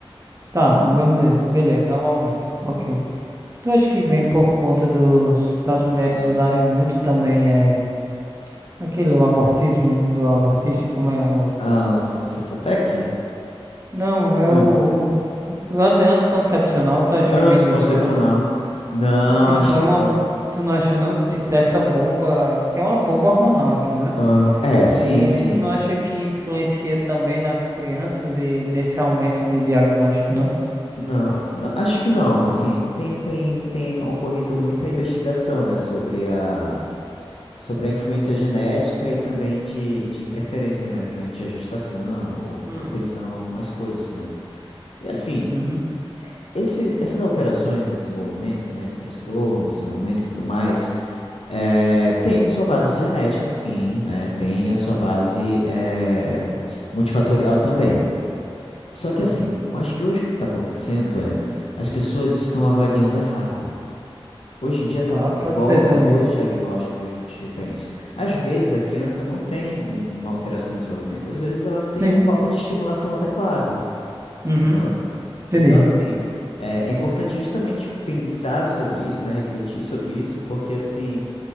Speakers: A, on the right (about 30°); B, on the left (about 85°).
A: Tá, vamos dizer, beleza, há um aumento, ok. Tu acha que vem por conta dos, das mulheres usarem muito também é, aquele o abortismo do abortista, como é o...
B: Ah, o, o Citotec?
A: Não, é
B: Não.
A: o, o, o anti- anticoncepcional, tu acha
B: Anticoncepcional?
A: que vem disso, não?
B: Não,
A: Tipo,
B: acho que
A: é uma...
B: não.
A: Tu não acha não de tipo dessa bomba, que é uma bomba hormonal aquilo, né?
B: Ah, é, sim,
A: E aí,
B: sim.
A: tu não acha que influencia também nas crianças e nesse aumento de diagnóstico, não?
B: Não, não, acho que não. Assim, tem, tem, tem ocorrido muita investigação, né, sobre a sobre a influência genética e também de, de interferências, né, durante a gestação ou
A: Hum,
B: propensão a algumas coisas, né? E assim,
A: Uhum.
B: esses, essas alterações no desenvolvimento, né, de transtorno, desenvolvimento e tudo mais, eh, tem sua base genética, sim, né? Tem a sua base eh, multifatorial também. Só
A: hum.
B: que assim, eu acho que hoje o que está acontecendo é as pessoas estão avaliando errado. Hoje em dia está
A: Tá,
B: muito
A: pode
B: em voga
A: ser também.
B: dois diagnósticos diferentes. Às vezes a criança não tem um- uma alteração de desenvolvimento, às vezes ela tem
A: Sim.
B: uma falta de estimulação adequada,
A: Uhum.
B: entendeu?
A: Entendi.
B: Então, assim, é, é importante justamente pensar sobre isso, né? Refletir sobre isso, porque, assim,